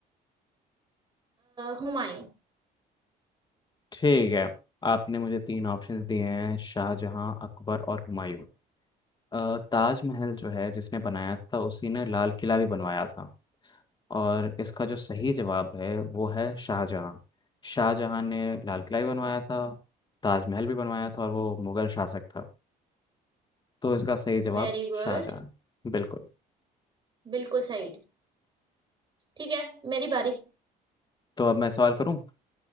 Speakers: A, on the right; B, on the left.
A: हुमायूं
B: ठीक है आपने मुझे तीन ऑप्शंस दिए हैं शाहजहां अकबर और हुमायूं अ, ताजमहल जो है जिसने बनाया था उसी ने लाल किला भी बनवाया था और इसका जो सही जवाब है वो है शाहजहां शाहजहां ने लाल किला भी बनवाया था ताजमहल भी बनवाया था और वो मुगल शासक था तो इसका सही जवाब
A: Very good
B: शाहजहां बिल्कुल
A: बिल्कुल सही ठीक है मेरी बारी
B: तो अब मैं सवाल करूं